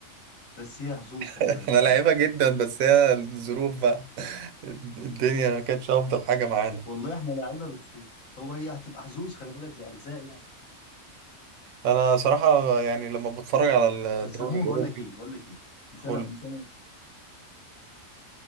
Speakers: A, on the left; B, on the right.
A: بس هي حظوظ خلي
B: احنا
A: بالك والله
B: لعيبة جدا بس هي الظروف بقى <laughs> الدنيا ما كانتش افضل حاجة معانا
A: والله احنا لعيبه بس هو هي هتبقى حظوظ خلي بالك وارزاق يعني
B: انا صراحة يعني لما بتفرج على
A: بس
B: الدوري
A: المهم
B: الاوروبي
A: بقول لك ايه بقول لك ايه مش
B: قول
A: انا مش انا